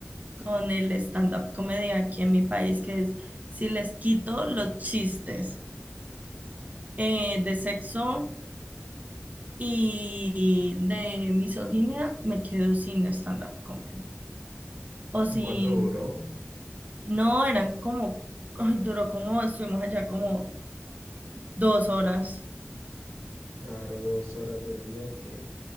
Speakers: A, on the right; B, on the right.
A: con el stand-up comedy aquí en mi país, que es si les quito los chistes eh, de sexo y de misoginia, me quedo sin stand-up comedy o sin
B: ¿Y cuánto duró?
A: No, eran como, ay, duró como, estuvimos allá como dos horas
B: Claro, dos horas del día que,